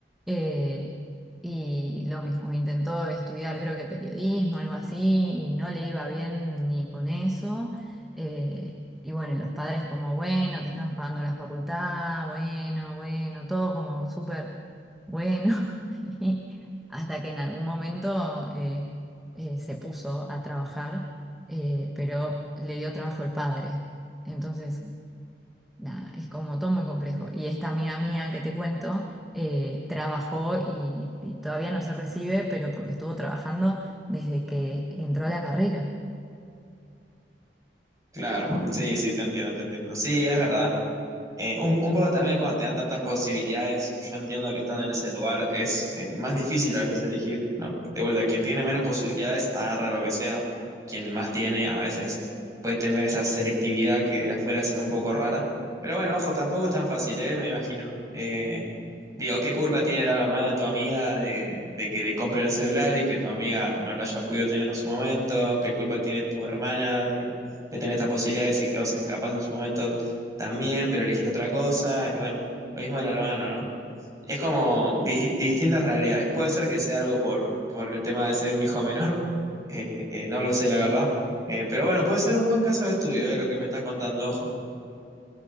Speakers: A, in the centre; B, on the right.
A: eh, y lo mismo, intentó estudiar, creo que periodismo, algo así, y no le iba bien ni con eso. eh, y bueno, y los padres como, bueno, te estamos pagando la facultad, bueno, bueno, todo como súper bueno. <laughs> Y hasta que en algún momento... eh, eh, se puso a trabajar, eh, pero le dio trabajo el padre. Entonces, nada, es como todo muy complejo. Y esta amiga mía que te cuento, eh, trabajó y, y todavía no se recibe, pero porque estuvo trabajando desde que entró a la carrera.
B: Claro, sí, sí, te entiendo, te entiendo. Sí, es verdad. Eh, un, un poco también cuando te dan tantas posibilidades, yo entiendo que estando en ese lugar es eh, más difícil a veces elegir, ¿no? De vuelta, quien tiene menos posibilidades agarra lo que sea, quien más tiene a veces puede tener esa selectividad que de afuera se ve un poco rara, pero bueno, ojo, tampoco es tan fácil, ¿eh? Me imagino. Eh, Digo, ¿qué culpa tiene la hermana de tu amiga de, de que le compre el celular y que tu amiga no lo haya podido tener en su momento? ¿Qué culpa tiene tu hermana de, de tener estas posibilidades y que vos en- capaz en su momento también, pero elegiste otra cosa? Y bueno, lo mismo del hermano, ¿no? Es como di- distintas realidades. Puede ser que sea algo por, por el tema de ser un hijo menor, <laughs> eh, eh, no lo sé, la verdad. Eh, pero bueno, puede ser un buen caso de estudio, eh, lo que me estás contando, ojo.